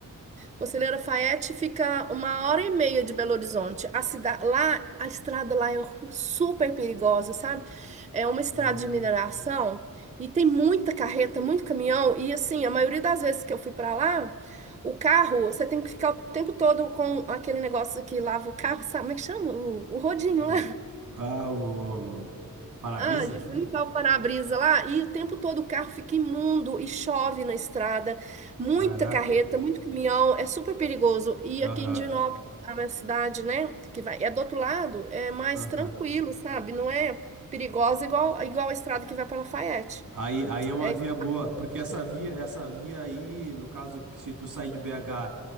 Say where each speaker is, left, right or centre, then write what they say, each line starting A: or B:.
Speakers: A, on the right; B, on the right.
A: Conselheiro Lafayette fica uma hora e meia de Belo Horizonte. A cidade lá, a estrada lá é ru- super perigosa, sabe? É uma estrada
B: Hum,
A: de mineração e tem muita carreta, muito caminhão e assim, a maioria das vezes que eu fui pra lá, o carro, você tem que ficar o tempo todo com aquele negócio que lava o carro, sabe? Como é que chama? O, o rodinho,
B: o...
A: lá.
B: Ah, o. hum, Para-brisa?
A: Ah, de limpar o para-brisa lá, e o tempo todo o carro fica imundo e chove na estrada, muita
B: Caraca.
A: carreta, muito caminhão, é super perigoso. E
B: Aham,
A: aqui em Divinópolis, a minha cidade, né, que vai, é do outro lado, é mais
B: aham.
A: tranquilo, sabe? Não é perigosa igual, igual a estrada que vai para Lafayette.
B: Aí, aí é uma
A: É,
B: via
A: isso.
B: boa, porque essa via, essa via aí, no caso, que se tu sair de BH.